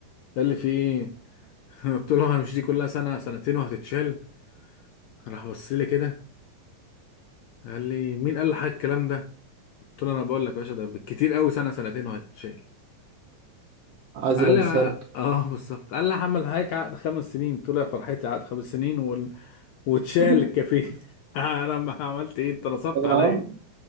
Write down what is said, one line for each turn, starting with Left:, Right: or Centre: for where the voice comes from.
Left: قال لي في ايه <laughs> قلت له هي مش دي كلها سنه سنتين وهتتشال راح بص لي كده قال لي مين قال لحضرتك الكلام ده قلت له انا بقول لك يا باشا ده بالكتير قوي سنه سنتين وهيتشال
Right: عايز
Left: قال
Right: يلبسها
Left: لي
Right: لك
Left: اه بالظبط قال لي هعمل حضرتك عقد خمس سنين قلت له يا فرحتي عقد خمس سنين وال... واتشال
Right: <laughs>
Left: الكافيه <laughs> انا ما عملت ايه انت نصبت عليا
Right: اه